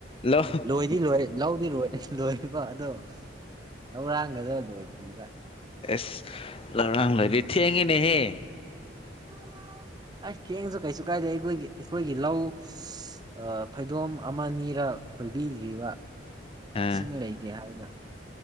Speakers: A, on the left; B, on the right.
A: ꯂꯧ
B: ꯂꯣꯏꯗꯤ ꯂꯣꯏꯔꯦ ꯂꯧꯗꯤ ꯂꯣꯏꯔ ꯂꯣꯏꯔꯕ ꯑꯗꯣ ꯂꯧꯔꯥꯡꯒꯗꯣ ꯂꯣꯏꯗ꯭ꯔꯤꯕ
A: ꯑꯦꯁ ꯂꯧꯔꯥꯡ ꯂꯣꯢꯗꯤ ꯊꯦꯡꯉꯦꯅꯦꯍꯦ
B: <inaudible> ꯑꯩ ꯊꯦꯡꯉꯁꯨ ꯀꯩꯁꯨ ꯀꯥꯏꯗꯦ ꯑꯩꯈꯣꯏꯒꯤ ꯑꯩꯈꯣꯏꯒꯤ ꯂꯧ ꯑꯥ ꯐꯩꯗꯣꯝ ꯑꯃꯅꯤꯔ ꯈꯣꯏꯕꯤꯗ꯭ꯔꯤꯕ
A: ꯑꯥ
B: ꯏꯁꯤꯡ ꯂꯩꯇꯦ ꯍꯥꯏꯅ